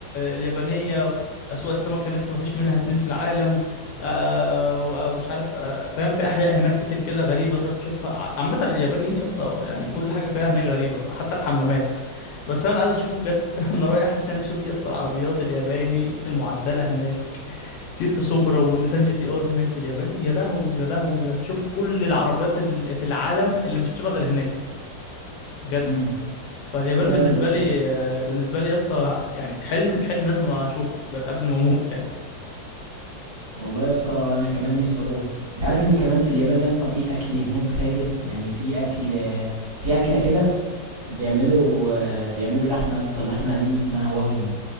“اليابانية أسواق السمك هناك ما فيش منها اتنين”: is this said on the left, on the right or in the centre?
Left